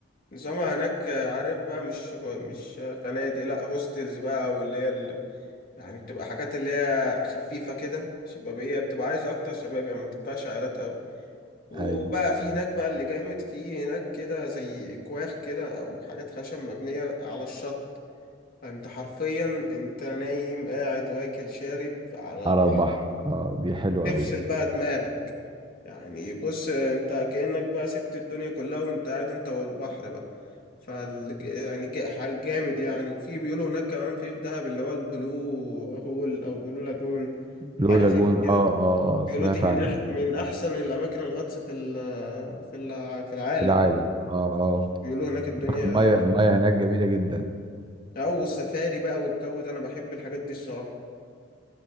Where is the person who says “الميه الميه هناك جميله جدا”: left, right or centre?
Right